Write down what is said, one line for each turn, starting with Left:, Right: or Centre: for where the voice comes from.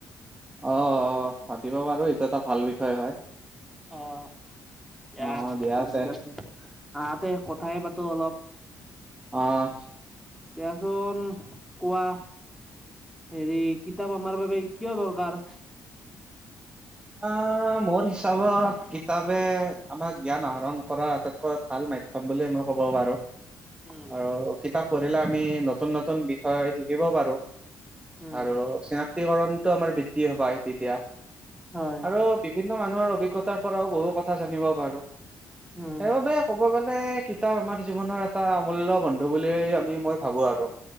Right: অ', অ', পাতিব পাৰোঁ, এইটো এটা ভাল বিষয় হয়।
Centre: অ', দিয়া,
Right: অ
Centre: ঠিক
Right: তে
Centre: আছে। আহাতে কথাই পাতোঁ অলপ।
Right: অহ।
Centre: দিয়াচোন কোৱা। হেৰি, কিতাপ আমাৰ বাবে কিয় দৰকাৰ?
Right: আ, মোৰ হিচাপত কিতাপে আমাক জ্ঞান আহৰণ কৰা আটাইত- কৈ ভাল মাধ্যম বুলি মই ক'ব পাৰোঁ।
Centre: উম
Right: আৰু কিতাপ পঢ়িলে আমি নতুন-নতুন বিষয় শিকিব পাৰোঁ।
Centre: উম
Right: আৰু চিনাক্তি কৰণটো আমাৰ বিত্তীয় পাই তেতিয়া।
Centre: হয়
Right: আৰু বিভিন্ন মানুহৰ অভিজ্ঞতাৰ পৰাও বহু কথা জানিব পাৰোঁ।
Centre: উম
Right: সেইবাবে- ক'ব গ'লে কিতাপ আমাৰ জীৱনৰ এটা অমূল্য বন্ধু বুলি আমি, মই ভাবোঁ আৰু।